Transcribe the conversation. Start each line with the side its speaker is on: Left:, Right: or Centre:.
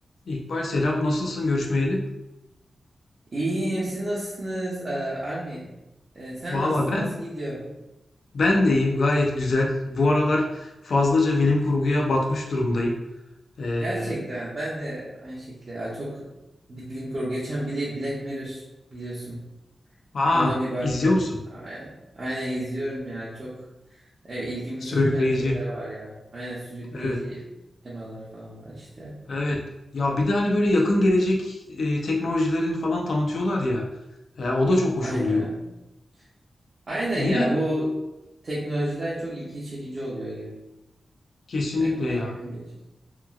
Left: İkbal selam nasılsın görüşmeyeli?
Right: İyiyim. Siz nasılsınız? Ee, Army, Ee, sen
Left: Valla
Right: nasıl
Left: ben
Right: nasıl gidiyor?
Left: ben deyim gayet güzel. Bu aralar fazlaca bilim kurguya batmış durumdayım. Ee,
Right: Gerçekten ben de aynı şekilde Aa, çok bilim kurgu. Geçen Bla- Black Mirror biliyorsun.
Left: aa
Right: Ona bir baktım.
Left: izliyor musun?
Right: Aynen, aynen izliyorum ya. Çok e, ilgimi
Left: Sürükleyici.
Right: çeken şeyler var ya. Aynen sürükleyici
Left: Evet.
Right: temaları falan var işte.
Left: Evet. Ya bir de hani böyle yakın gelecek e, teknolojilerin falan tanıtıyorlar ya. E, o da çok hoş
Right: Aynen.
Left: oluyor.
Right: Aynen
Left: Yine
Right: ya bu teknolojiler çok ilgi çekici oluyor. Yani,
Left: kesinlikle
Right: yani
Left: ya.
Right: yakın gelecek.